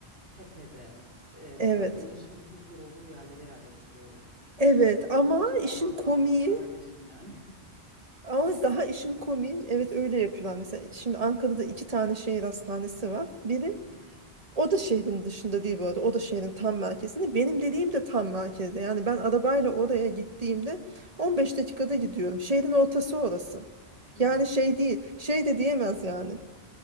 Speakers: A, on the right; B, on the right.
A: tepede e, vesaire
B: evet.
A: ulaşımın çok zor olduğu yerlere yerleştiriyorlar.
B: Evet ama
A: Hiç mi
B: işin
A: alan
B: komiği
A: kalmadı kardeşim yani? <laughs>
B: ama daha işin komiği evet öyle yapıyorlar. Mesela şimdi Ankara'da iki tane şehir hastanesi var. Biri
A: Hı hı.
B: O da şehrin dışında değil bu arada. O da şehrin tam merkezinde. Benim dediğim de tam merkezde. Yani ben arabayla oraya gittiğimde 15 dakikada gidiyorum. Şehrin ortası orası.
A: Hı
B: Yani
A: hı.
B: şey değil. Şey de diyemez yani.